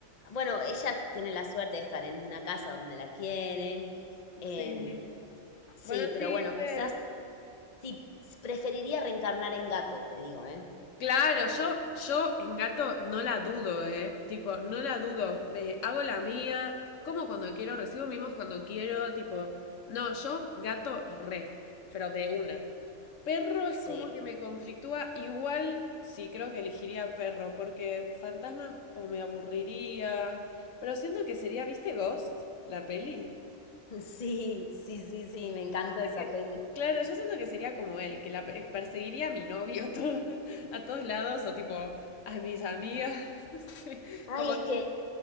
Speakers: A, on the left; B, on the left.
A: bueno, ella tiene la suerte de estar en una casa donde la quieren. em,
B: Sí.
A: sí,
B: Bueno,
A: pero
B: sí,
A: bueno,
B: re.
A: quizás Sí, s- preferiría reencarnar en gato, te digo, ¿eh?
B: Claro, yo, yo en gato no la dudo, ¿eh? Tipo, no la dudo. Eh, hago la mía, como cuando quiero, recibo mimos cuando quiero, tipo. No, yo gato re, pero de una. Perro es
A: Sí,
B: como que me conflictúa. Igual sí, creo que elegiría perro, porque fantasma o me aburriría. Pero siento que sería, ¿viste Ghost? La peli.
A: <laughs> Sí, sí, sí, sí, me encanta esa
B: Que-
A: peli.
B: Claro, yo siento que sería como él, que la pe- perseguiría a mi novio a todo- <laughs> a todos lados o tipo a mis amigas, <laughs> no sé,
A: Ay,
B: como...
A: es que